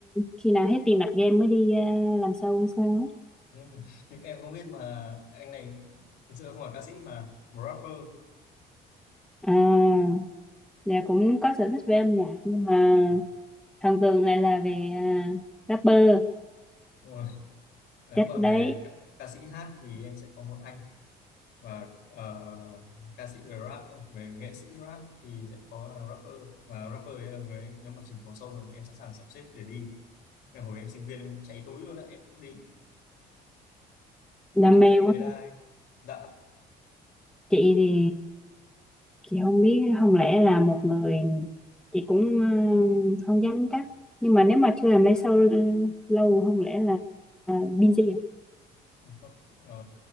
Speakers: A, in the centre; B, on the left.
A: khi nào hết tiền đặt game mới đi ờ, làm show hay sao? ấy.
B: Ừ, <laughs> nhưng em không biết mà anh này thật sự không phải ca sĩ mà một rapper
A: À, dạ cũng có sở thích về âm nhạc nhưng mà
B: Ừ,
A: thần tượng lại là về ờ, rapper.
B: đúng rồi. Ờ, nếu
A: Chắc
B: mà
A: đấy
B: về ca, ca sĩ hát thì em sẽ có một anh và ờ, ca sĩ về rap về nghệ sĩ rap thì sẽ có là rapper và rapper đấy là người em nếu mà chỉ vào sâu rồi em sẵn sàng sắp xếp để đi ngày hồi em sinh viên em cháy túi luôn á em cũng đi đố
A: đam
B: chứ
A: mê
B: biết anh
A: quá.
B: đấy là ai dạ
A: Chị thì chị không biết không lẽ là một người chị cũng ờ, không dám chắc nhưng mà nếu mà chưa làm lái sau lâu không lẽ là busy à,
B: không ờ,